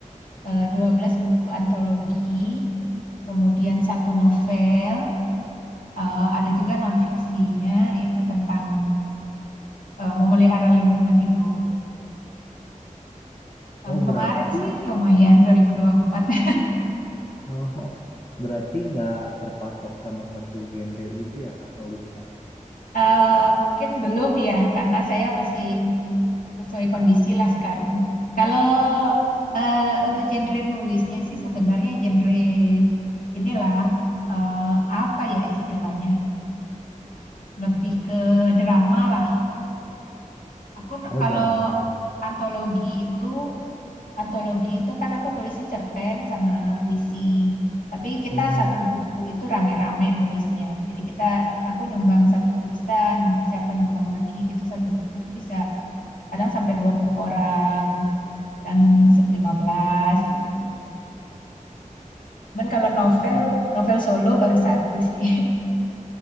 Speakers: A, on the left; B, on the left.
A: eh, 12 buku antologi, kemudian satu novel, eh, ada juga non-fiksinya, itu tentang eh, memelihara lingkungan hidup. Tahun
B: Oh,
A: kemarin
B: berarti
A: sih lumayan, 2024. <laughs>
B: oh, <laughs> berarti nggak terpatok sama satu genre gitu ya Kak nulisnya.
A: Eh, mungkin belum ya, karena saya masih sesuai kondisi lah sekarang. Kalau eh, untuk genre nulisnya sih sebenarnya genre inilah eh, apa ya istilahnya lebih ke drama lah. Aku n-
B: Oh,
A: kalau
B: drama.
A: antologi itu antologi itu kan aku nulisnya cerpen sama puisi. Tapi kita
B: Mm-mm.
A: satu buku itu rame-rame nulisnya. Jadi kita aku nyumbang satu tulisan, nanti siapa nyumbang lagi gitu satu buku tuh bisa kadang sampai 20 orang. yang 15 gitu. Cuman kalau novel,
B: Oh,
A: novel solo baru satu sih.